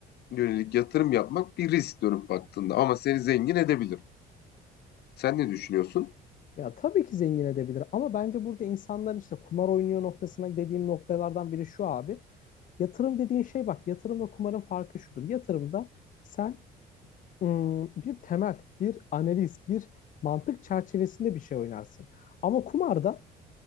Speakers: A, on the left; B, on the left.
A: yönelik yatırım yapmak bir risk dönüp baktığında ama seni zengin edebilir. Sen ne düşünüyorsun?
B: Ya tabii ki zengin edebilir ama bence burada insanların işte kumar oynuyor noktasına dediğim noktalardan biri şu abi. Yatırım dediğin şey bak yatırımla kumarın farkı şudur. Yatırımda sen ım, bir temel, bir analiz, bir mantık çerçevesinde bir şey oynarsın. Ama kumarda